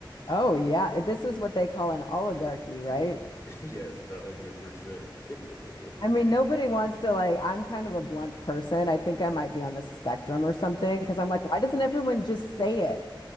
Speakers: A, on the left (about 60°); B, on the left (about 35°).
A: Oh, yeah. This is what they call an oligarchy, right?
B: <laughs> yes a hundred percent <laughs>
A: I mean, nobody wants to like, I'm kind of a blunt person. I think I might be on the spectrum or something because I'm like, why doesn't everyone just say it?